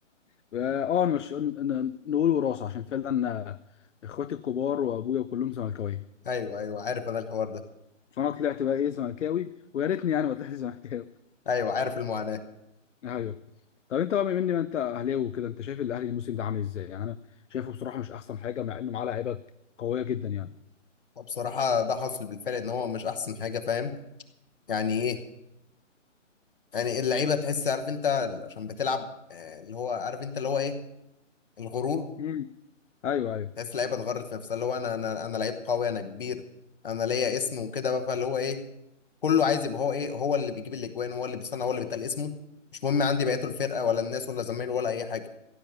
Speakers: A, on the left; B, on the left.
A: <laughs> اه مش نقول وراثه عشان فعلا آه، اخواتي الكبار وابويا كلهم زملكاويه
B: ايوه ايوه عارف انا الحوار ده
A: فانا طلعت بقى ايه زملكاوي ويا ريتني يعني ما طلعت <laughs> زملكاوي
B: ايوه عارف المعاناة
A: ايوه طب انت بقى بما ان انت اهلاوي وكده انت شايف الاهلي الموسم ده عامل ازاي يعني انا شايفه بصراحه مش احسن حاجه مع انه معاه لعيبه قويه جدا يعني
B: وبصراحة ده حصل بالفعل ان هو مش احسن حاجة فاهم يعني ايه يعني اللعيبة تحس عارف انت عشان بتلعب آه، اللي هو عارف انت اللي هو ايه الغرور
A: امم ايوه ايوه
B: تحس لعيبه اتغرت في نفسها اللي هو انا انا انا لعيب قوي انا كبير انا ليا اسم وكده بقى فاللي هو ايه كله عايز يبقى هو ايه هو اللي بيجيب الاجوان هو اللي بيصنع هو اللي بيتقال اسمه مش مهم عندي بقيته الفرقه ولا الناس ولا زمايله ولا اي حاجه